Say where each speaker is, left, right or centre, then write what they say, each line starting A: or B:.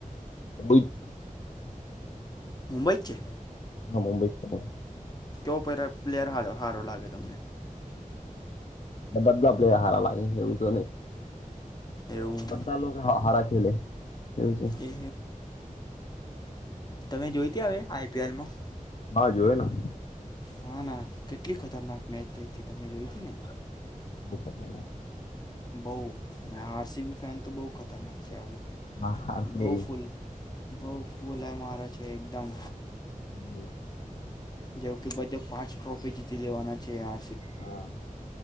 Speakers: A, on the left (about 55°); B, on the left (about 30°).
A: <inaudible> <inaudible>
B: મુંબઈ ચે
A: હ મુંબઈ ફ
B: બુપવેલર પ્લેયર હારો હારો લાગે તમને
A: બદલો આપ આ હારા લાગે એવું તો નહી
B: એવું
A: બધા લોકો હારા ખેલે એવું છે
B: એ તમે જોઈતી હ આઈપીએલમાં
A: હા જોયે ના
B: હા ના કેટલી ખતરનાક મેચ થઈ હતી તમે જોય ત ને
A: બુમ્મ બુમ્મ માં
B: બઉ આરસીગ પેન તો બ‌ઉ ખતરનાક છે હવે
A: હા હા આપણે
B: બહુ
A: ઇજ
B: ફૂલ બહુ બોલાય મારો છે એકદમ
A: હમ
B: જેવ કે બધા પાંચ ટ્રોફી જીતી લેવાના છે આ
A: હા